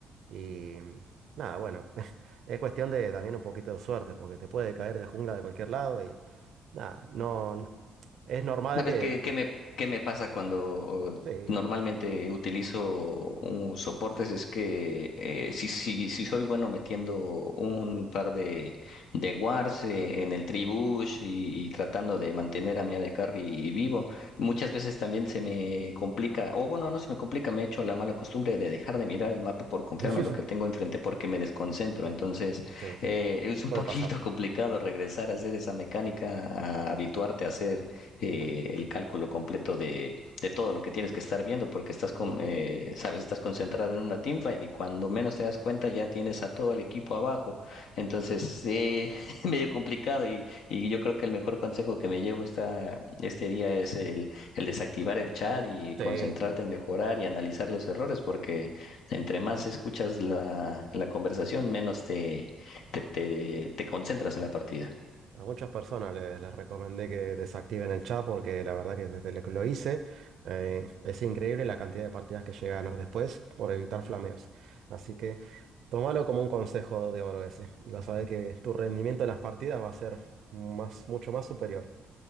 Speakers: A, on the right; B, on the left.
A: Y nada, bueno, <laughs> es cuestión de también un poquito de suerte porque te puede caer el jungla de cualquier lado y nada, no, n- es normal
B: ¿Sabes
A: que,
B: qué, qué
A: que
B: me, qué me pasa cuando
A: sí,
B: normalmente utilizo un soportes? Es que eh, si, si, si soy bueno metiendo un par de, de wards eh, en el tribush y, y tratando de mantener a mi AD Carry vivo, muchas veces también se me complica, o bueno, no se me complica, me he hecho la mala costumbre de dejar de mirar el mapa por confiarme
A: <laughs>
B: en lo que tengo enfrente porque me desconcentro.
A: sí,
B: Entonces,
A: sí, sí,
B: eh, es un
A: puede
B: poquito
A: pasar.
B: <laughs> complicado regresar a hacer esa mecánica, a habituarte a hacer eh, el cálculo completo de, de todo lo que tienes que estar viendo, porque estás con,
A: Ujú.
B: eh, sabes, estás concentrado en una teamfight y cuando menos te das cuenta ya tienes a todo el equipo abajo. Entonces, eh, <laughs> medio complicado y, y yo creo que el mejor consejo que me llevo esta, este día es el, el desactivar el chat y
A: Sí.
B: concentrarte en mejorar y analizar los errores, porque entre más escuchas la, la conversación, menos te, te, te, te concentras en la partida.
A: A muchas personas les, les recomendé que desactiven el chat porque la verdad que desde lo que lo hice eh, es increíble la cantidad de partidas que llegué a ganar después por evitar flameos. Así que tómalo como un consejo de oro ese y vas a ver que tu rendimiento en las partidas va a ser más, mucho más superior.